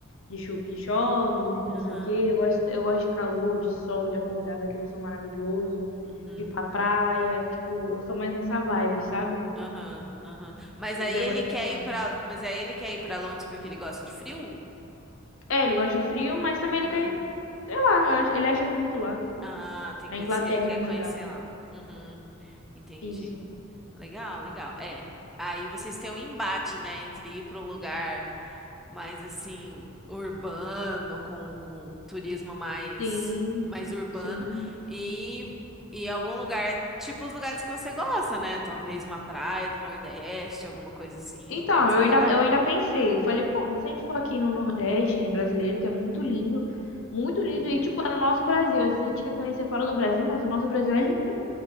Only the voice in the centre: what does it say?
uhum,
uhum.
Aham, aham. Mas
aí
ele
quer
ir pra. mas aí ele quer ir para Londres porque ele gosta de frio?
Aham.
Ah, tem
coisas
que ele quer
conhecer
lá. Uhum, entendi.
Legal, legal. É. Aí vocês têm um embate, né, entre ir para um lugar mais assim urbano, com, com turismo mais
mais urbano
e e algum lugar, tipo os lugares que você gosta, né? Talvez uma praia do Nordeste, alguma coisa assim,
pode
ser legal.
Hum.